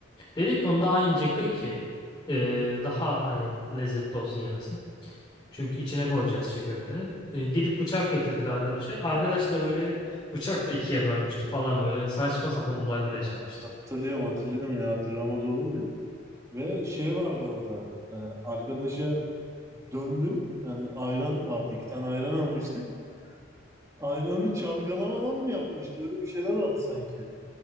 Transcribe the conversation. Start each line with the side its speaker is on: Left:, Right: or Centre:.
Left: Dedik ki onda aynı kıy ki e, daha hani lezzetli olsun yemesi. Çünkü içine koyacağız çiğ köftenin. E, gidip bıçak getirdik arkadaşa. Arkadaş da böyle bıçak da ikiye bölmüştü falan böyle saçma sapan olaylar yaşanmıştı.
Right: Hatırlıyorum hatırlıyorum ya hatırlamaz olur muyum? Ve şey vardı orada e, arkadaşa döndüm yani ayran vardı iki tane ayran almıştık. Ayranı çalkalamadan mı yapmıştı öyle bir şeyler vardı sanki.